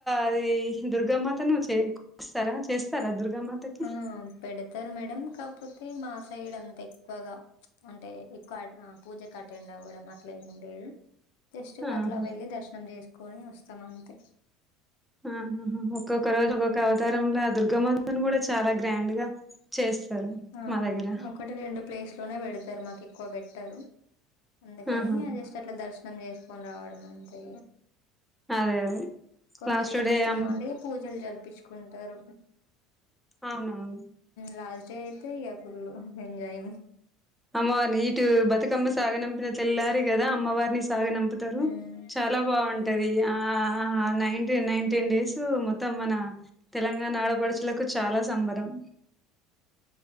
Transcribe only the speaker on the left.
ఆ పెడతారు మేడం కాకపోతే మా సైడ్ అంత ఎక్కువగా అంటే ఎక్కువ పూజకు అటెండ్ అవ్వడం అట్లా ఏంలేదు జస్ట్
అట్లా వెళ్లి దర్శనం చేసుకుని వస్తాం అంతే
హ్మ్.
ఆ
ఒకటి రెండు ప్లేస్లోనే పెడతారు మాకు ఎక్కువ పెట్టారు అందుకని
అ జస్ట్ అట్ల దర్శనం చేసుకొని రావడం అంతే
కొందరు
ఇంట్రెస్ట్
ఉన్న వాళ్ళు పూజలు జరిపించుకుంటారు
లాస్ట్డే అయితే ఈక ఫుల్ ఎంజాయ్ని
ఉమ్
ఉమ్